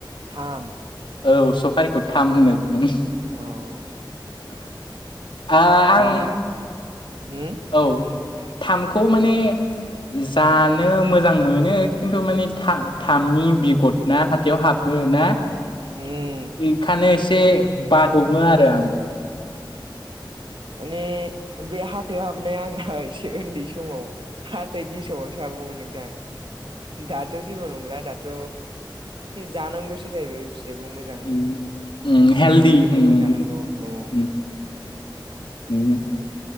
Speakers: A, on the right; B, on the left.
A: थाम
B: औ सफारिखौ थाम होनो
A: औ
B: <unintelligible> <unintelligible> आ
A: जोंनिया
B: आं
A: होम
B: औ थामखौ माने जानो मोजां मोनो खिन्थु माने थामनि बिगद ना हाथायाव हाबो ना
A: होम
B: बेखान ए एसे बादबो आरो आं
A: माने बे हाथायाव हाबनाया आंना एसे उन्दै समाव हाथाय गेसावावसो हाबोमोन नोंदां दाथ' जेबो नंला दाथ' जानांगौसो जाहैबाय फिथाइखौ मोजां
B: उम उम हेलदि
A: फिथाइ सामथायखौ
B: उम
A: जानांगौ औ
B: उम उम